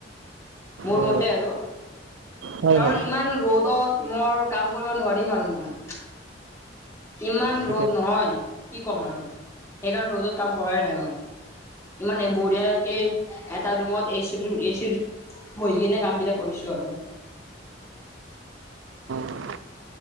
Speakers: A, on the left; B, on the right.
A: মোৰ
B: অ
A: মতে আৰু।
B: হয়
A: কাৰণ
B: হয়
A: ইমান ৰ'দত মোৰ কাম কৰিব নোৱাৰিম আৰু মই। ইমান
B: ঠিকে
A: ৰ'দ নহয়? কি কম আৰু। সেইকাৰণে ৰ'দত কাম কৰাই নাই মই। ইমান বঢ়িয়াকে এটা ৰুমত এচি এচিটো। বহি কিনে কাম বিলাক কৰিছো আৰু।
B: অ